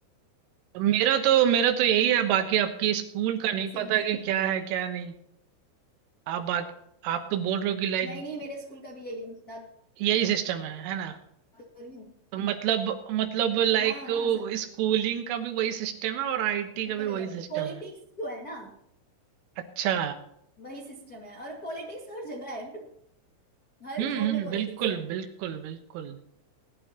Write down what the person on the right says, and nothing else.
मेरा तो मेरा तो यही है बाकी आपकी स्कूल का नहीं
पता
कि
क्या है क्या नहीं आप बाकी आप तो बोल रहे हो कि लाइक
यही सिस्टम है है ना
तो मतलब मतलब लाइक
स्कूलिंग का भी वही सिस्टम है और आईटी
का भी वही
सिस्टम
है
अच्छा
हम्म
हम्म,
बिल्कुल
बिल्कुल बिल्कुल <laughs>